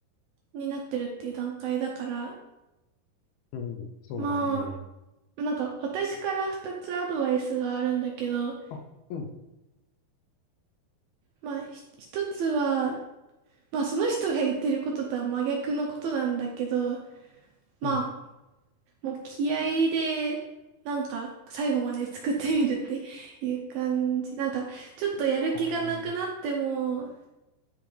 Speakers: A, on the right; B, on the left.
A: になってるっていう段階だから、
B: うん、そうだね。
A: まあ、なんか私から2つアドバイスがあるんだけど、
B: あ、うん、
A: まあひ一つは、まあその人が言ってることとは真逆のことなんだけど、まあ
B: うん、
A: もう気合で、なんか最後まで作ってみるっていう感じ。なんかちょっとやる気がなくなっても、
B: あー、